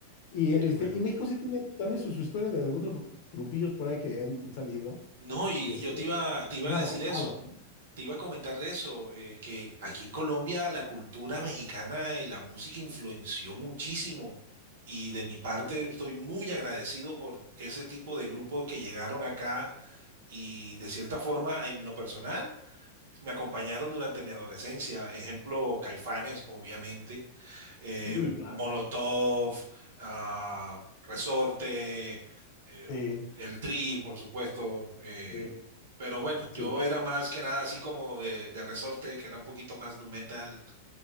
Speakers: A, on the left; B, on the right.
A: Y, este,
B: qué bueno.
A: y México sí tiene también su, su historia de algunos grupillos por ahí que han salido
B: No, y
A: y este,
B: y yo te iba, te iba
A: bien
B: a
A: abrazado,
B: decir eso,
A: ¿no?
B: te iba a comentar de eso, eh, que aquí en Colombia la cultura mexicana y la música influenció muchísimo. Y de mi parte
A: Sí,
B: estoy muy agradecido por ese tipo de grupos que llegaron acá y de cierta forma en lo personal me acompañaron durante mi adolescencia. Ejemplo, Caifanes, obviamente eh,
A: sí, claro.
B: Molotov, ah, Resorte, eh,
A: Sí,
B: el Tri, por supuesto. eh,
A: sí,
B: pero bueno,
A: sí,
B: yo era más que nada así como de, de Resorte, que era un poquito más nu metal.